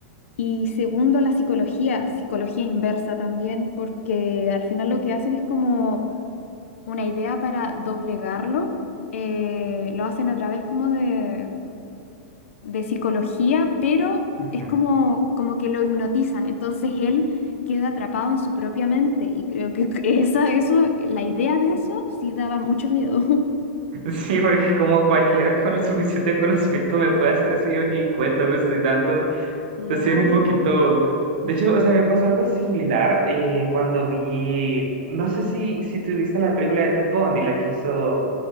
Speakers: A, on the left; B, on the right.
A: Y segundo, la psicología, psicología inversa también, porque al final lo que hacen es como una idea para doblegarlo. eh, lo hacen a través como de, de psicología, pero
B: Ujú.
A: es como, como que lo hipnotizan. Entonces él queda atrapado en su propia mente. Y creo que <laughs> esa, eso, la idea de eso sí daba mucho miedo. <laughs>
B: Sí, porque como cualquiera con el suficiente conocimiento me puede hacer eso, yo ni cuenta me estoy dando.
A: Claro.
B: Entonces sí es un poquito... De hecho, o sea, me pasó algo similar eh, cuando vi... No sé si, si tú viste la película de Ted Bundy, la que hizo...